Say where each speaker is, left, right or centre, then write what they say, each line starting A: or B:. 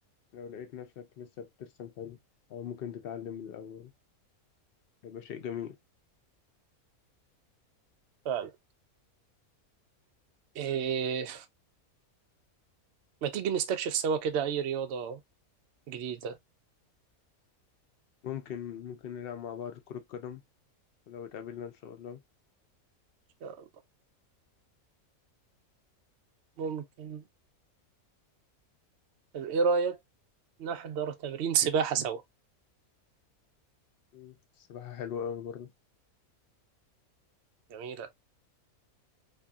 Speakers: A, on the left; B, on the right.
A: لو لقيت نفسك لسه بترسم حلو او ممكن تتعلم من الاول هيبقى شيء جميل
B: فعلا إيه ما تيجي نستكشف سوا كده أي رياضة جديدة إن
A: ممكن ممكن نلعب مع بعض كرة قدم لو اتقابلنا ان شاء الله
B: شاء الله ممكن طب إيه رأيك نحضر تمرين سباحة سوا
A: أم، السباحة حلوة أوي برضه
B: جميلة